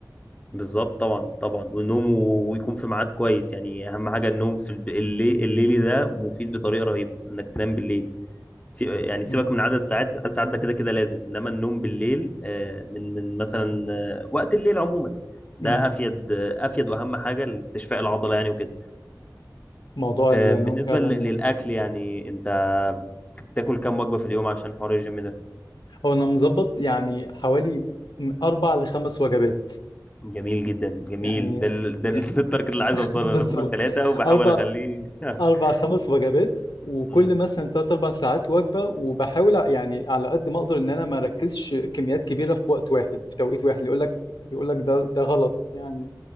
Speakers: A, on the left; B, on the left.
A: بالظبط طبعا طبعا والنوم و... ويكون في ميعاد كويس يعني اهم حاجه النوم في الب- الليل الليلي ده مفيد بطريقه رهيبه انك تنام بالليل سي... يعني
B: مم.
A: سيبك من عدد ساعات عدد ساعات ده كده كده لازم انما النوم بالليل آه، من من مثلا آه، وقت الليل عموما ده
B: مم.
A: افيد آه، افيد واهم حاجه لاستشفاء العضله يعني وكده
B: موضوع
A: آه،
B: النوم
A: بالنسبه
B: فعلا
A: ل- للاكل يعني انت بتاكل كام وجبه في اليوم عشان حوار الجيم ده
B: هو انا مظبط يعني حوالي من اربع لخمس وجبات
A: جميل جدا جميل
B: يعني
A: ده ال... ده
B: يعني
A: ال- <laughs> التارجت اللي عايز
B: <laughs>
A: اوصله
B: بالظبط
A: انا باكل ثلاثه وبحاول
B: اربع
A: اخليه <laughs>
B: أربع خمس وجبات وكل
A: مم،
B: مثلا تلات أربع ساعات وجبة وبحاول ع- يعني على قد ما أقدر إن أنا ما أركزش كميات كبيرة في وقت واحد في توقيت واحد يقول لك بيقول لك ده ده غلط يعني